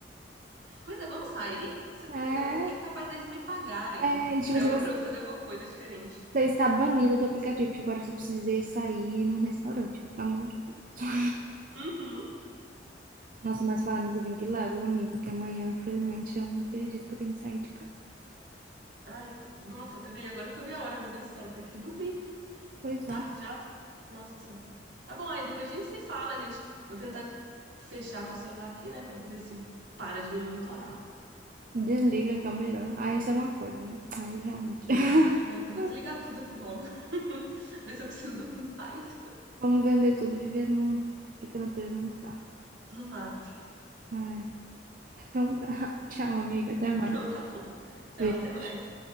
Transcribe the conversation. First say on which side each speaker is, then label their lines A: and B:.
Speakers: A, on the right (about 75°); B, on the right (about 50°).
A: Pois é, vamos sair? Cê-
B: É,
A: eu- É capaz deles me pagarem
B: é, e, tipo
A: pra
B: assim,
A: eu, pra eu fazer alguma coisa diferente.
B: Você está banido do aplicativo, porque agora você precisa sair num restaurante, pelo amor de Deus. <laughs>
A: Uhum.
B: Nossa, mas falando nisso, eu tenho que ir lá, viu, amigo? Que amanhã, infelizmente, eu não acredito que eu tenho que sair de casa.
A: Ai, nossa, também, agora que eu vi a hora, meu Deus do céu, tem que dormir.
B: Pois
A: Boa tarde
B: é.
A: já. Nossa. Tá bom, aí depois a gente se fala, gente. Vou tentar fechar meu celular aqui, né, pra ver se para de me monitorar.
B: Desliga, que é o melhor. Aí isso é um acordo, né? Aí realmente.
A: É.
B: <laughs>
A: Não, então eu vou desligar tudo aqui logo. <laughs> Ver se eu consigo dormir em paz
B: Vamos vender tudo e viver no... do que a natureza nos dá.
A: <laughs> no mato.
B: É, então tá. <laughs> Tchau, amiga. Até mais.
A: Então tá bom. Tchau,
B: Beijo.
A: até mais.